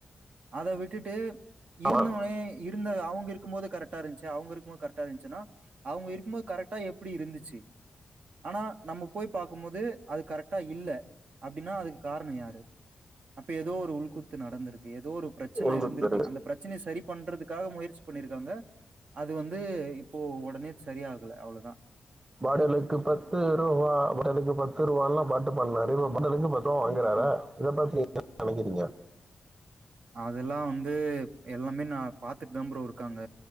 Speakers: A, on the right; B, on the right.
A: அதை விட்டுட்டு
B: ஆமா
A: இருந்தவனே இரு இரு அவங்க இருக்கும் போோது கரெக்டா இருச்சு அவங்க இருக்குபோது கரெக்டா இருந்துச்சுன்னா அவங்க இருக்கும்போது கரெக்டா எப்படி இருந்துச்சு ஆனா நம்ம போய் பார்க்க இருக்கும் போோது அது கரெக்டா இல்ல அப்படின்னா அதுக்கு காரணம் யாரு அப்ப ஏதோ ஒரு உள்குத்து நடந்திருக்கு ஏதோ ஒரு பிரச்சனை
B: உந்து
A: இருந்திருக்கு
B: தெரு
A: அந்த பிரச்சனைய சரி பண்றதுக்காக முயற்சி பண்ணிருக்காங்க அது வந்து இப்போ உடனே சரியாகல அவ்வளவுதான்
B: மடலுக்கு பத்து ரூபா மடலுக்கு பத்து ரூபான்ல்லாம் பாட்டு பண்ணல இ மடலுக்கு பத்து றம் அங்குறாரா
A: ம்
B: இத ப்த்த நீங்க என் நினைக்கிறீங்க
A: அதெல்லாம் வந்து எல்லாமே நான் பாார்த்துட்டு விளம்புறம் இருக்காங்க